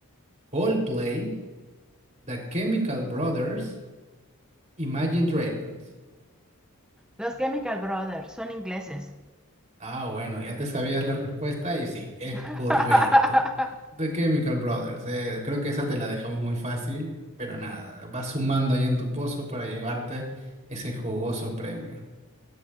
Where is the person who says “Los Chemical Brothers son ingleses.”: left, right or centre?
Centre